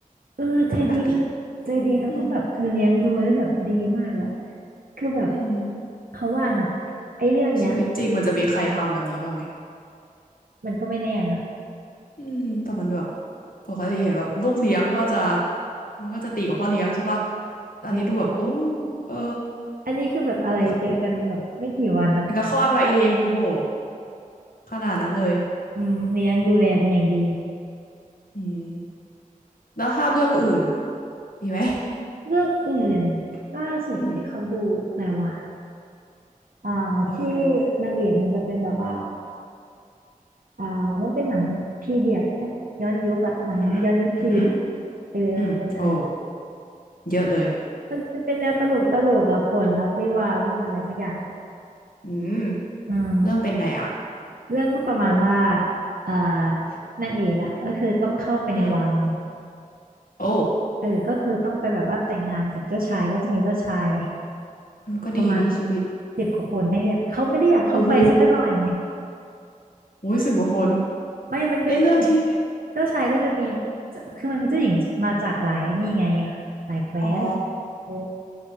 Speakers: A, on the right; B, on the left.
A: เออใจดีนะใจดีแล้วก็แบบคือเลี้ยงดูได้แบบดีมากอะ
B: น่ารักดีอืม
A: คือแบบ
B: อืม
A: เขาว่านะไอ้เรื่องเนี้ย
B: ชีวิตจริงมันจะมีใครทำแบบนี้บ้างไหม
A: มันก็ไม่แน่นะ
B: อืมแต่มันแบบปกติเห็นแบบลูกเลี้ยงก็จะ มันก็จะตีกับพ่อเลี้ยงใช่ปะแต่อันนี้ดูแบบโอ้
A: เออ
B: เออ
A: อันนี้คือแบบอะไรเจอกันแบบไม่กี่วันอะ
B: ยังกับยังกับคลอดมาเองโอ้โหขนาดนั้นเลย
A: อืมเลี้ยงดูแลเป็นอย่างดี
B: อืมแล้วถ้าเรื่องอื่น มีไหม
A: เรื่องอื่นล่าสุดที่เขาดูอะไรวะ
B: อืม
A: อ่าที่
B: ดูอะไรมา
A: นางเอกมันจะเป็นแบบว่า อ่ามันเป็นหนังพีเรียดไหมย้อนยุคอะหนังย้อนยุคจีนอะ
B: อืมอือหือ
A: เออมันจะเป็นอะไรนะ
B: อืมโอ้เยอะเลย
A: มันจะเป็นแนวตลกตลกอะป่วนรักวิวาห์วุ่นอะไรสักอย่าง
B: อืม
A: อืม
B: เรื่องเป็นไงอ่ะ
A: เรื่องก็ประมาณว่าอ่านางเอกอะก็คือต้องเข้าไปในวัง
B: อืมโอ้
A: เออก็คือต้องไปแบบว่าแต่งงานกับเจ้าชายก็จะมีเจ้าชาย
B: ก็ดีนี่ชีวิต
A: ประมาณสิบกว่าคนให้เลือกเขาไม่ได้อยากเข้าไปสักหน่อย
B: โอ้โห โอ้ยสิบกว่าคน
A: ไม่มันก็จะมี
B: เอ้ยเรื่องที่
A: เจ้าชายก็จะมีคือมันมีเจ้าหญิงมาจากหลายไอ้นี่ไงหลายแคว้น
B: อ๋อ
A: เออ